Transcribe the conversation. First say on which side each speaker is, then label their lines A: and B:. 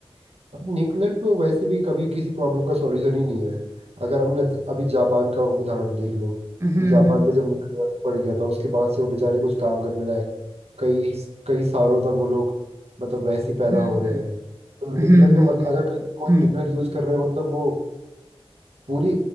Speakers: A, on the right; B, on the right.
A: न्यूक्लियर तो वैसे भी कभी किसी प्रॉब्लम का सॉल्यूशन ही नहीं है अगर हमने ज- अभी जापान का उदाहरण देख लो
B: हम्म
A: जापान पे जब न्यूक्लियर पड़ गया था उसके बाद से वो बेचारे कुछ काम करने लायक कई कई सालों तक वो लोग मतलब वैसे ही पैदा
B: हम्म
A: हो रहे हैं तो
B: हम्म
A: न्यूक्लियर का
B: हम्म
A: मतलब अगर कहीं कोई
B: हम्म
A: न्यूक्लियर यूज कर रहे हैं मतलब वो पूरी